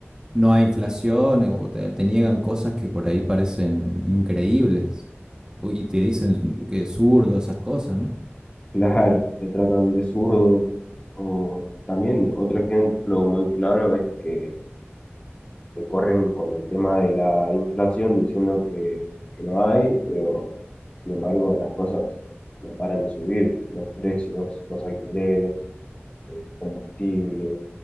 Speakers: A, on the right (about 15°); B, on the left (about 25°).
A: no hay inflación, eh, o te, te niegan cosas que por ahí parecen increíbles U- y te dicen que es zurdo esas cosas, ¿no?
B: claro, te tratan de zurdo. O también otro ejemplo muy claro es que te corren con el tema de la inflación diciendo que, que no hay, pero sin embargo las cosas no paran de subir, los precios, los alquileres, el combustible,